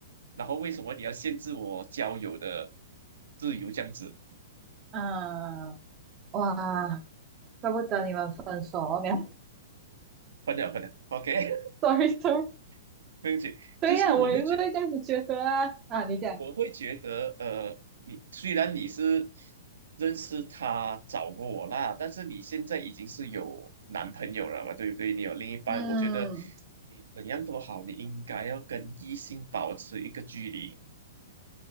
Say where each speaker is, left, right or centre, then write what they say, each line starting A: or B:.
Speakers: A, on the right; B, on the right.
A: 然后为什么你要限制我交友的自由这样子？
B: 啊，哇，怪不得你们分手哦，没有
A: 分了分了，OK，
B: <laughs>，sorry sorry。
A: <laughs> 没有解，
B: 对呀、
A: 就是我会觉
B: 我也是会这样子觉得啊。啊，你讲，
A: 我会觉得，呃，你虽然你是认识他找过我啦，但是你现在已经是有男朋友了嘛，对不对？你有另一半，
B: 嗯，
A: 我觉得你怎样都好，你应该要跟异性保持一个距离。